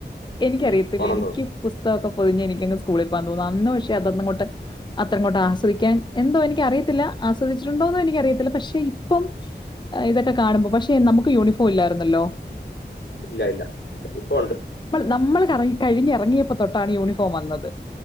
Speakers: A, on the left; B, on the left.
A: എനിക്കറിയത്തില്ല
B: ഉം, പോണെന്ന്
A: എനിക്ക്
B: തോന്നുന്നു
A: പുസ് പുസ്തൊക്കെ പൊതിഞ്ഞ് എനിക്കങ്ങ് സ്കൂളിൽ പോവാൻ തോന്നുവാ അന്ന് പക്ഷെ അതന്നങ്ങോട്ട് അത്രങ്ങോട്ട് ആസ്വദിക്കാൻ എന്തോ എനിക്ക് അറിയത്തില്ല ആസ്വദിച്ചിട്ടുണ്ടോ ന്നോ എനിക്ക് അറിയത്തില്ല പക്ഷെ ഇപ്പം ഇതൊക്കെ കാണുമ്പോ പക്ഷേ നമുക്ക് യൂണിഫോം പോല്ലായിരുന്നല്ലോ
B: ഇല്ല ഇല്ല ഇല്ല ഇപ്പൊ ഉണ്ട്
A: നമ്മള് കറങ്ങി കഴിഞ്ഞെറങ്ങിയപ്പൊ തൊട്ടാണ് യൂണിഫോം വന്നത്